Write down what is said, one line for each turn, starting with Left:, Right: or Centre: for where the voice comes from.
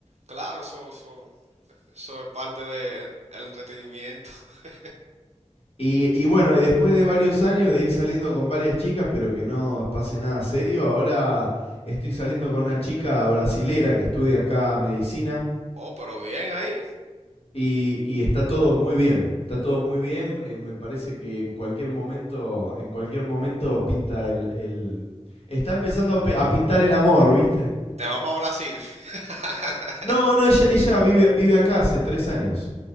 Right: Claro, eso, eso. Eso es parte del entretenimiento. <laughs>
Left: Y, y bueno, y después de varios años de ir saliendo con varias chicas, pero que no pase nada serio, ahora estoy saliendo con una chica brasilera que estudia acá medicina
Right: Oh, pero bien ahí.
Left: y, y está todo muy bien. Está todo muy bien. eh, me parece que en cualquier momento, en cualquier momento pinta el, el- está empezando a, pe- a pintar el amor, ¿viste?
Right: Te vas para Brasil. <laughs>
Left: No, no, ella, ella vive, vive acá hace tres años.